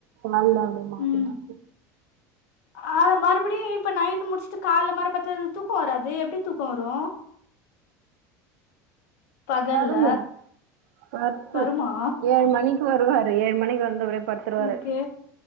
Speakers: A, on the right (about 85°); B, on the left (about 80°).
A: மல்லாடு மாத்தி
B: ம்
A: மாத்தி
B: ஆ மறுபடி இப்ப நைட்டு் முடிச்சுட்டு கால்ல மரப்பத்தாது தூக்கோ வராது எப்டி தூக்கோ வரு பகல்ல
A: வருமே பத்து
B: வருமா
A: ஏழு மணிக்கு வருவாரு ஏழு மணிக்கு வந்தவரு படுத்துருவாரு
B: ஓகே